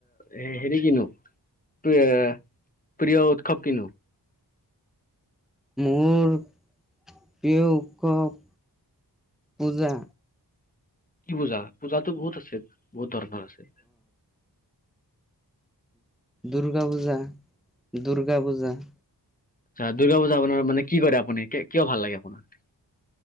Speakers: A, on the left; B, in the centre.
A: এ হেৰি কিনো, প্ৰি- এ প্ৰিয় উৎসৱ কিনো?
B: মোৰ প্ৰিয় উৎসৱ পূজা।
A: কি পূজা? পূজাতো বহুত আছে, বহুত ধৰণৰ আছে।
B: দূৰ্গা পূজা, দূৰ্গা পূজা।
A: আ, দুৰ্গা পূজা আপোনাৰ মানে কি কয় আপুনি, কিয় ভাল লাগে আপোনাৰ?